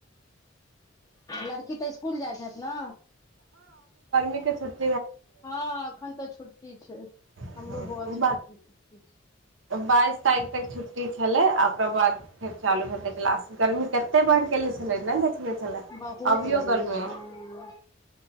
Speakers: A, on the left (about 15°); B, on the right (about 75°).
A: लड़की तऽ इसकुल जाइ छथि न।
B: छुटी <unintelligible>
A: हँ एखन तऽ छुट टी छै
B: हँ
A: हमरो बौआ
B: उ
A: सबके एखन छुट्टी
B: बाइस तारिख तक छुट्टी छलै आ ओकरा बाद फेर चालू हेतै क्लास गर्मी कतेक बढ़ि गेल छलै नहि देखने छलै
A: बहुत
B: अभियो
A: गर्मी है
B: अइ।
A: हँ